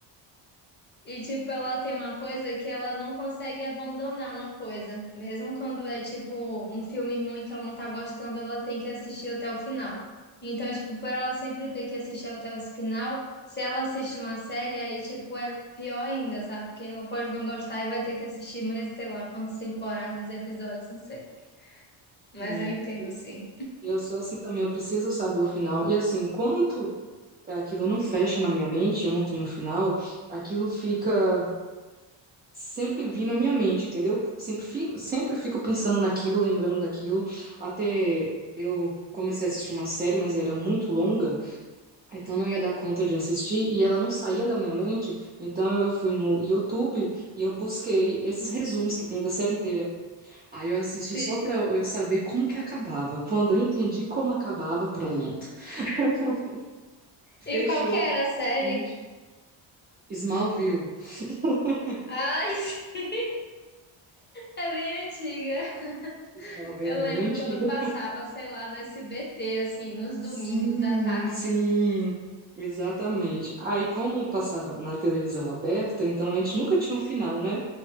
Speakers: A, on the left; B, on the right.
A: E, tipo, ela tem uma coisa que ela não consegue abandonar uma coisa. Mesmo quando é, tipo, um filme ruim que ela não tá gostando, ela tem que assistir até o final. Então, tipo, por ela sempre ter que assistir até o final, se ela assistir uma série, aí, tipo, é pior ainda, sabe? Porque ela pode não gostar e vai ter que assistir mais, sei lá, quantas temporadas, episódios, não sei. Mas
B: Sim.
A: eu entendo, sim.
B: Eu sou assim também, eu preciso saber o final. E assim, enquanto aquilo não fecha na minha mente, eu não tenho um final, aquilo fica sempre vindo à minha mente, entendeu? Sempre fico, sempre fico pensando naquilo, lembrando daquilo. Até eu comecei a assistir uma série, mas era muito longa, então não ia dar conta de assistir e ela não saía da minha mente. Então eu fui no YouTube e eu busquei esses resumos que tem da série inteira. Aí eu assisti
A: Sim.
B: só pra eu saber como que acabava. Quando eu entendi como acabava, pronto. <laughs> Fechou
A: E qual que
B: aqui,
A: era a série?
B: infelizmente. Smallville. <laughs>
A: Ai, <laughs> é bem antiga.
B: Smallville
A: Eu
B: é bem
A: lembro
B: antiga.
A: quando eu passava, sei lá, no SBT, assim, nos
B: Sim,
A: domingos à tarde.
B: sim, exatamente. Aí, como passava na televisão aberta, então a gente nunca tinha um final, né?